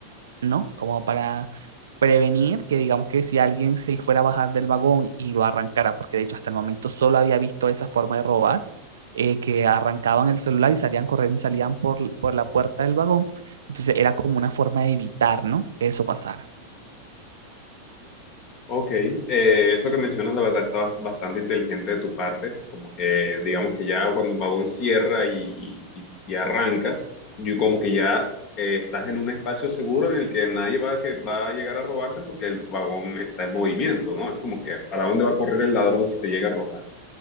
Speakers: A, on the right (about 65°); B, on the left (about 40°).
A: ¿no? Como para prevenir que digamos que si alguien se fuera a bajar del vagón y lo arrancara, porque de hecho hasta el momento solo había visto esa forma de robar, eh, que arrancaban el celular y salían corriendo y salían por, l- por la puerta del vagón, entonces era como una forma de evitar, ¿no? Que eso pasara.
B: Ok, eh, eso que mencionas, la verdad, está ba- bastante inteligente de tu parte, como que digamos que ya cuando el vagón cierra y, y- y- y arranca, y como que ya eh, estás en un espacio seguro en el que nadie va a, que, va a llegar a robarte porque el vagón está en movimiento, ¿no? Es como que, ¿para dónde va a correr el ladrón si te llega a robar?